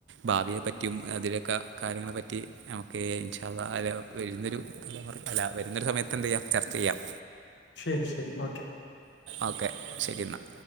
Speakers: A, on the right; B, on the left.
A: ഭാവിയെ പറ്റിയും അതിലൊക്കെ കാര്യങ്ങളെപ്പറ്റി നമുക്ക് ഇൻഷാഅള്ള അൽ ഇതൊരു പുതലമുറ അല്ല വരുന്നൊരു സമയത്ത് എന്ത ചെയ്യാം ചർച്ച ചെയ്യാം
B: ശരി ശരി ഓക്കെ
A: ഓക്കെ ശരി എന്നാൽ